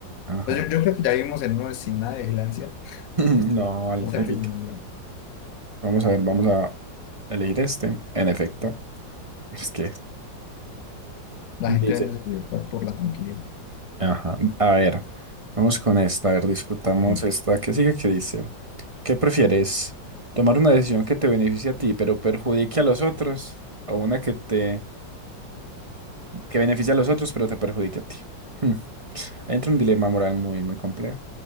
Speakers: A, on the right (about 25°); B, on the left (about 60°).
A: Ajá.
B: Pues yo, yo creo que ya vivimos en una sin nada de vigilancia.
A: <laughs>
B: <laughs>
A: No, al-
B: Mucha
A: alguito.
B: criminalidad.
A: Vamos a ver, vamos a elegir este. En efecto, es que
B: La
A: dice.
B: gente vende su libertad por la tranquilidad.
A: Ajá. A ver, vamos con esta. A ver, discutamos
B: No.
A: esta qué sigue que dice. ¿Qué prefieres? ¿Tomar una decisión que te beneficie a ti, pero perjudique a los otros? ¿O una que te que beneficie a los otros, pero te perjudique a ti? Hmm. Ahí Entra un dilema moral muy, muy complejo.